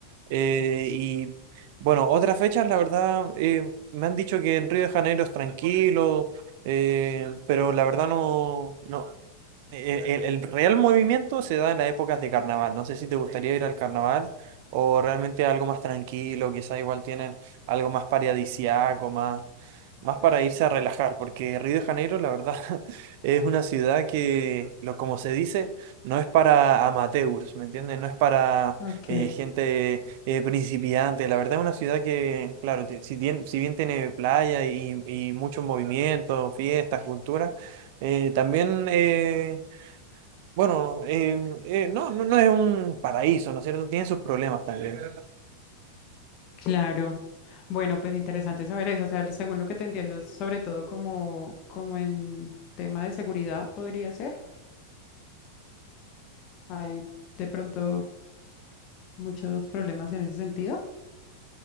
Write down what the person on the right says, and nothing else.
Eh, y bueno, otras fechas, la verdad, eh, me han dicho que en Río de Janeiro es tranquilo, eh, pero la verdad no, no, el, el- el real movimiento se da en las épocas de carnaval. No sé si te gustaría ir al carnaval o realmente algo más tranquilo, quizá igual tienen algo más paradisiaco, más, más para irse a relajar, porque Río de Janeiro, la verdad, <laughs> es una ciudad que, lo, como se dice, no es para amateurs, ¿me entiendes? No es para
eh, gente eh, principiante. La verdad es una ciudad que, claro, ti- si bien, si bien tiene playa y, y mucho movimiento fiestas, cultura, eh, también eh, bueno, eh, eh, no, no, no es un paraíso, ¿no es cierto? Tiene sus problemas también.